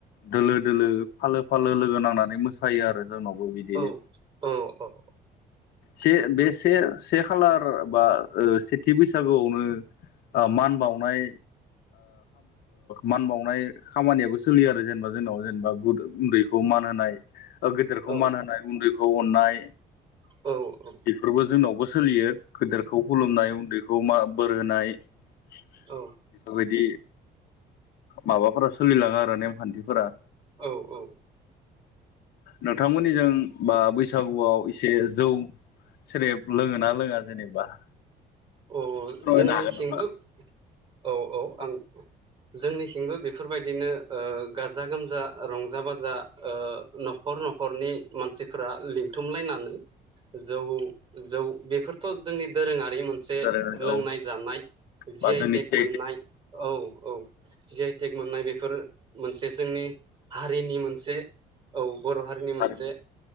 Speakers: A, on the left; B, on the right.
A: दोलो दोलो फालो फालो लोगो नांनानै मोसायो आरो जोंनावबो बिदिनो
B: औ - औ - औ
A: से बे से से खालार बा सेथि बैसागोआवनो मान बावनाय मान बावनाय खामानियाबो सोलियो आरो जेनेबा जोंनाव जेनेबा उन्दैखौ मान होनाय गेदेरखौ
B: औ
A: मान होनाय उन्दैखौ अननाय
B: औ - औ
A: बेफोरबो जोंनावबो सोलियो गेदेरखौ खुलुमनाय उन्दैखौ मा बोर होनाय बेखौफोर
B: औ
A: बायदि माबाफोरा सोलिलांङो आरो नेमखान्थिफोरा
B: औ - औ
A: नोंथांमोननिजों बा बैसागुआव एसे जौ सेरेब लोङोना लोङां जेनेबा
B: औ
A: एसे फोरमायनो
B: जोंनिथिंबो
A: हागोन नामा
B: औ - औ आं जोंनिथिंबो बेफोरबायदिनो गाजा गोमजा रंजा बाजा न'खर न'खर न'खरनि मानसिफोरा लिंथुमलायनानै जौ - जौ बेफोरथ' जोंनि दोरोंङारि मोनसे
A: औ
B: लोंनाय
A: औ
B: जानाय जि
A: बा
B: आइ
A: जोंनि
B: टेक
A: सि
B: मोननाय औ - औ जि आइटेक मोननाय बेफोर मोनसे जोंनि हारिनि मोनसे औ बर' हारिनि मोनसे
A: हारिमु